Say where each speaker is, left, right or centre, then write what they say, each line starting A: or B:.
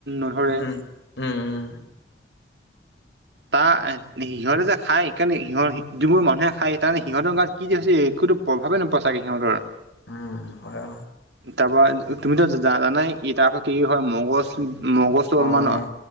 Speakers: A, on the right; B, on the left.
A: নধৰে।
B: উম উম উম
A: তাৰ সিহঁতে যে খায় কাৰণে সিহঁৰ যিবোৰ মানুহে খায় তাৰমানে সিহঁতৰ গাত কি যে হৈছে। একো প্ৰভাৱে নপৰে ছাগৈ সিহঁতৰ।
B: উম', হয়।
A: তাৰ পৰা তুমিতো জ'- জানাই ই' তাৰ পৰা কি হয়, মগজ- মগজটো অলমান
B: অঁ